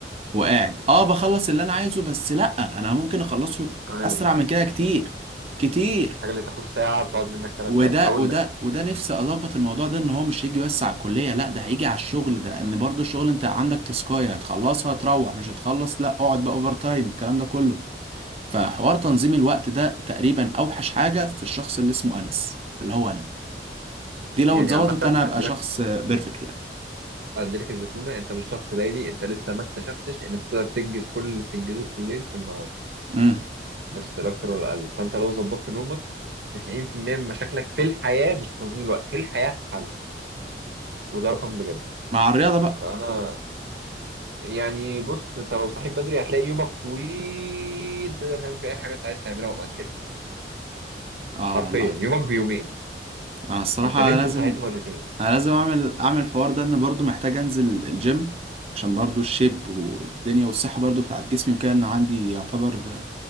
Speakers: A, on the right; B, on the right.
A: وقاعد أه بخلص اللي أنا عايزه بس لأ أنا ممكن أخلصه
B: عارف
A: أسرع من
B: عارف
A: كده كتير كتير
B: الحاجه اللي تاخد ساعه بتقعد منك ثلاث
A: وده
B: ساعات هقول
A: وده
B: لك
A: وده نفسي أظبط الموضوع ده إن هو مش هيجي بس على الكلية لأ ده هيجي على الشغل ده إن برضو الشغل أنت عندك تسكاية هتخلصها تروح مش هتخلص لأ اقعد بقى أوفر تايم الكلام ده كله فحوار تنظيم الوقت ده تقريبا أوحش حاجة في الشخص اللي اسمه أنس اللي هو أنا دي لو
B: يعني
A: اتظبطت
B: عامه
A: انا
B: هدي
A: هبقى شخص بيرفكت يعني
B: اديلك الزتونه انت مش شخص ليلي انت لسه ما اكتشفتش ان انت تقدر تنجز كل اللي بتنجزه في الليل في النهار
A: امم
B: بس لا اكتر ولا اقل فانت لو ظبطت نومك 90% من مشاكلك في الحياه مش في تنظيم الوقت في الحياه هتتحل وده رقم بجد
A: مع الرياضه بقى
B: فانا يعني بص انت لو صحيت بدري هتلاقي يومك طويل تقدر تعمل فيه اي حاجه انت عايز تعملها ومأجلها
A: اه
B: حرفيا
A: والله
B: يومك بيومين
A: انا الصراحه
B: انت نمت
A: لازم
B: وصحيت مرتين
A: انا لازم اعمل اعمل الحوار ده ان برضو محتاج انزل الجيم عشان برضو الشيب والدنيا والصحه برضو بتاعت جسمي وكده ان عندي يعتبر